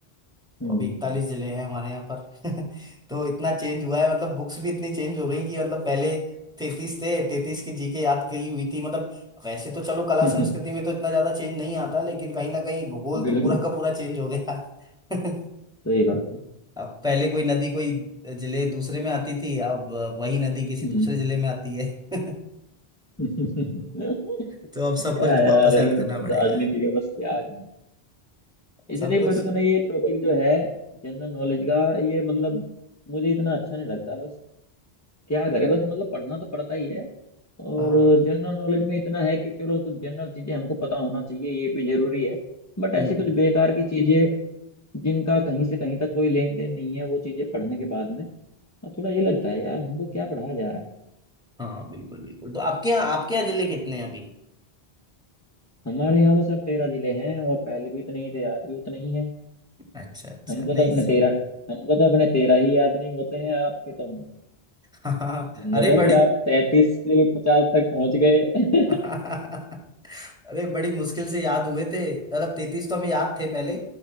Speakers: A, on the left; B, in the centre.
A: हम्म
B: तो अभी
A: हम्म,
B: इकतालीस जिले हैं हमारे यहाँ पर <laughs> तो इतना चेंज हुआ है मतलब बुक्स भी इतनी चेंज हो गई कि मतलब पहले तैतीस थे तैतीस की जीके याद कही हुई थी मतलब वैसे तो चलो कला
A: हम्म,
B: संस्कृति
A: <laughs>
B: में तो इतना ज्यादा चेंज नहीं आता लेकिन कहीं ना कहीं भूगोल तो
A: बिल्कुल
B: पूरा का पूरा चेंज हो गया <laughs>
A: सही बात है
B: अब पहले कोई नदी कोई जिले दूसरे में आती थी अब वही नदी किसी
A: हम्म
B: दूसरे जिले में आती है <laughs>
A: <laughs> क्या
B: तो अब सब कुछ
A: यार
B: वापस
A: ये
B: याद करना पड़ेगा
A: राजनीति का बस क्या कहूँ इसलिए
B: सब कुछ
A: मेरे को ना ये टॉपिक जो है जनरल नॉलेज का ये मतलब मुझे इतना अच्छा नहीं लगता बस क्या करे बस मतलब पढ़ना तो पड़ता ही है और
B: हाँ
A: जनरल नॉलेज में इतना है कि चलो कुछ जनरल चीजें हमको पता होना चाहिए ये भी जरूरी है बट
B: बिल्कुल
A: ऐसी कुछ बेकार की चीजें जिनका कहीं से कहीं तक कोई लेन देन नहीं है वो चीजें पढ़ने के बाद में और थोड़ा ये लगता है यार हमको क्या पढ़ाया जा रहा है
B: हाँ बिल्कुल बिल्कुल तो आपके यहाँ आपके यहाँ जिले कितने हैं अभी
A: हमारे यहाँ तो सर तेरह जिले हैं और पहले भी इतने ही थे आज भी उतने ही हैं
B: अच्छा अच्छा
A: हमको
B: नहीं
A: तो अपने
B: सही
A: तेरह
B: <laughs>
A: हमको तो अपने तेरह ही याद नहीं होते हैं आपके तो
B: हाँ हाँ,
A: हिम्मत
B: अरे
A: है
B: बड़े
A: कि आप तैतीस से पचास तक पहुंच गए <laughs>
B: <laughs> अरे बड़ी मुश्किल से याद हुए थे मतलब तैतीस तो हमें याद थे पहले